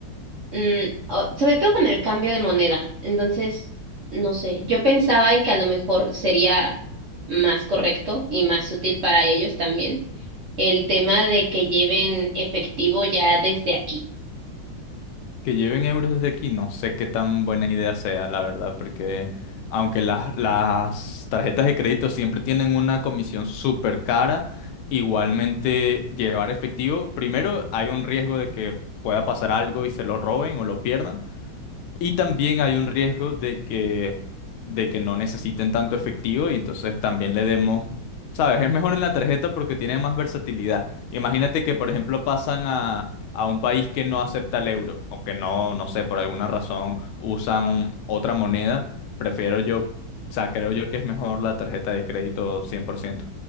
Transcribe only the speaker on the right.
Mm, o- sobre todo con el cambio de moneda. Entonces, no sé, yo pensaba en que a lo mejor sería más correcto y más útil para ellos también el tema de que lleven efectivo ya desde aquí.